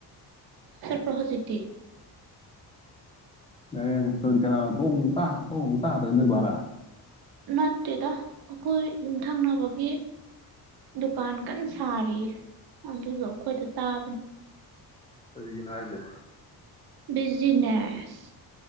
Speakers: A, on the right; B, on the left.
A: ꯆꯠꯄ꯭ꯔꯣ ꯍꯧꯖꯤꯛꯇꯤ
B: ꯑꯦ ꯀꯁꯇꯧꯔꯤ ꯀꯅꯥꯅꯣ ꯇꯣꯡ ꯇ ꯇꯣꯡ ꯇꯥꯗꯣꯏ ꯅꯣꯏ ꯚꯔꯥ
A: ꯅꯠꯇꯦꯗ ꯑꯩꯈꯣꯏ ꯌꯨꯝꯊꯪꯅꯕꯒꯤ ꯗꯨꯀꯥꯟ ꯀꯟꯅ ꯁꯥꯔꯤꯌꯦ ꯑꯗꯨꯗꯣ ꯑꯩꯈꯣꯏꯗ ꯇꯥꯕꯅꯤ
B: ꯀꯔꯤꯒꯤꯅꯥ ꯍꯥꯏꯖꯦ
A: ꯕꯤꯖꯤꯅꯦꯁ